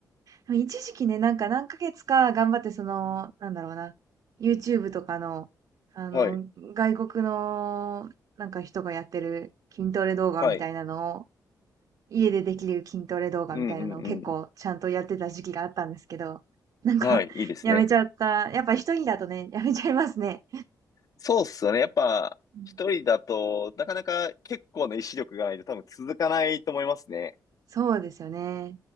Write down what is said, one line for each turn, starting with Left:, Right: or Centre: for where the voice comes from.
Right: でも一時期ね、なんか何ヶ月か頑張ってその、なんだろうな、YouTube とかの、あの、
Left: はい、
Right: 外国のなんか人がやってる筋トレ動画みたいなのを、
Left: はい。
Right: 家でできる筋トレ動画みたいなのを結構ちゃんとやってた時期があったんですけど、
Left: うんうん
Right: なんか
Left: うん。はい、いいですね。
Right: <laughs>、やめちゃった。やっぱ一人だとね、やめちゃいますね。
Left: そうっすよね。やっぱ、
Right: うん、
Left: 一人だと、なかなか結構な意志力がないと多分続かないと思いますね。
Right: そうですよね。